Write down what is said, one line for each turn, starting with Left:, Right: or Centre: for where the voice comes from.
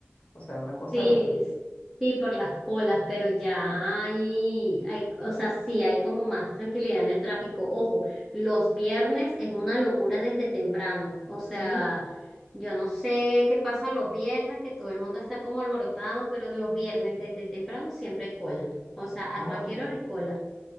Left: o sea, una cosa
Centre: Sí,
Left: loca.
Centre: s- sí, por las colas, pero ya
Left: Mm,
Centre: hay, hay, o sea, sí, hay como más tranquilidad en el tráfico. Ojo, los viernes es una locura desde temprano. O sea,
Left: Sí,
Centre: yo no sé qué pasa los viernes, que todo el mundo está como alborotado, pero los viernes desde temprano siempre hay cola. O sea, a
Left: ah,
Centre: cualquier
Left: ok.
Centre: hora hay cola.